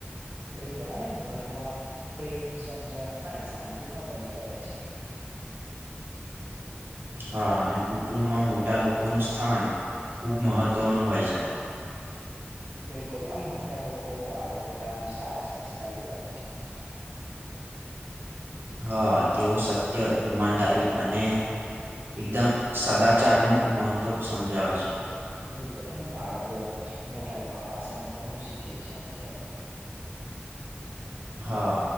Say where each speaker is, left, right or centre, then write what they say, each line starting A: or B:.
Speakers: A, on the right; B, on the right.
A: બિલકુલ અને ઘરમાં પ્રેમ સમજણ અને શાંતિ પણ બની રહે છે.
B: હા અને કુટુંબમાં મોટા લોકો નું સ્થાન ખુબ મહત્વ નું હોય છે.
A: <inaudible> બિલકુલ આમ મોટા લોકો બાળકોને આમ સારા સંસ્કાર બી આપે છે આમ
B: હા તેઓ સત્ય ઈમાનદારી અને એકદમ સદાચાર નું મહત્વ સમજાવે છે.
A: બિલકુલ અને બાળકો મોટા લોકો પાસે આમ ઘણું શીખે છે આમ કેવાય ને
B: હા